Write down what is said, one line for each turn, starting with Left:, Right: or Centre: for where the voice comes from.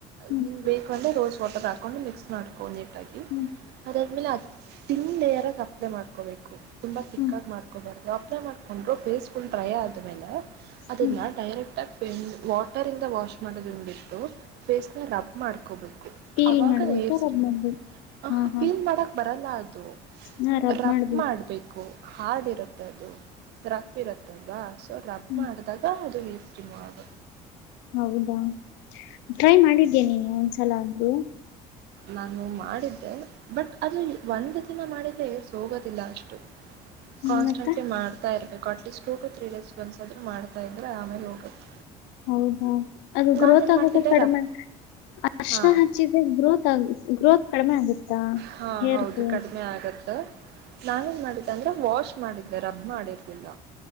Left: ಹ್ಮ್
Right: ನಿಂಗ ಬೇಕಂದ್ರೆ ರೋಸ್ ವಾಟರ್ ಹಾಕೊಂಡು ಮಿಕ್ಸ್ ಮಾಡ್ಕೊಂಡ
Left: ಹ್ಮ್
Right: ಅದಾದ್ಮೇಲೆ ಅ ತಿನ ಲೇಯರಾಗಿ ಅಪ್ಲೈ ಮಾಡ್ಕೋಬೇಕು. ತುಂಬ ತಿಕ್ಕಾಗಿ
Left: ಹ್ಮ್
Right: ಮಾಡ್ಕೊಬಾರ್ದು ಅಪ್ಲೈ ಮಾಡ್ಕೊಂಡ್ರು ಫೇಸ್ ಫುಲ್ ಡ್ರೈ ಆದಮೇಲೆ ಅದನ್ನ
Left: ಹ್ಮ್
Right: ಡೈರಕ್ಟ ಪೆನ್ ವಾಟರಿಂದ ವಾಷ್ ಮಾಡೋದನ್ನುಬಿಟ್ಟು ಫೇಸ್ನ ರಬ್ ಮಾಡ್ಕೋಬೇಕು
Left: ಟೀಲ್
Right: ಅವಾಗ
Left: ಮಾಡ್ಬೇಕಾ
Right: ಹೇರ್ಸ್
Left: ರಬ್
Right: ರಿಮೋವ್
Left: ಮಾಡ್ಬೇಕು
Right: ಮಾಡಕ್ ಹಹಾ
Left: ಹಾ ಹಾ
Right: ಪೀನ್ ಮಾಡಕ್ ಬರಲ್ಲ ಅದು.
Left: ಹಾ
Right: ರಬ್
Left: ಮಾಡ್ಬೇಕು
Right: ಮಾಡಬೇಕು ಹಾರ್ಡ್ ಇರುತ್ತೆದು ರಫ ಇರುತ್ತಲ್ವಾ ಸೊ ರಬ್
Left: ಹ್ಮ್
Right: ಅದಾಗ ಅದು ಹೇರ್ಸ್ ರಿಮೂವ್ ಆಗ
Left: ಹೌದಾ ಟ್ರೈ ಮಾಡಿದ್ದೆ ನೀನು ಒಂದ್ಸಲ ಆದ್ರೂ.
Right: ನಾನು ಮಾಡಿದ್ದೆ ಬಟ್ ಅದು ಒಂದು ದಿನ ಮಾಡಿದ್ರೆ ಹೇರ್ಸ್ ಹೋಗೋದಿಲ್ಲ ಅಷ್ಟು.
Left: ಹ್ಮ್
Right: ಕಾನ್ಸ್ಟೆಂಟ್ಲಿ
Left: ಮತ್ತೆ
Right: ಮಾಡ್ತಾ ಇರ್ಬೇಕು ಅ ಜಸ್ಟ್ ಟು ತ್ರೀ ಡೇಸ್ ಬಂದ್ಸಾದ್ರ ಮಾಡ್ತಾ ಇದ್ರೆ ಆಮೇಲೆ ಹೋಗುತ್ತೆ.
Left: ಹೌದಾ ಅದು ಗ್ರೋತ್
Right: ನಾನೇನ್
Left: ಆಗದ
Right: ಮಾಡ್ತಿದ್ದೆ
Left: ಕಡಿಮೆ.
Right: ರಬ್
Left: ಅರಶಿಣ
Right: ಹಾ
Left: ಹಚ್ಚಿದ್ರೆ ಗ್ರೋತ್ ಆಗ ಗ್ರೋತ್ ಕಡಿಮೆ ಆಗುತ್ತಾ
Right: ಹಾ
Left: ಹೈರ್ದ
Right: ಹೌದು ಕಡಿಮೆ ಆಗತ್ತೆ ನಾನೇನ್ ಮಾಡಿದ್ದೆ ಅಂದ್ರೆ ವಾಶ್ ಮಾಡಿದ್ದೆ ರಬ್ ಮಾಡಿರ್ಲಿಲ್ಲ.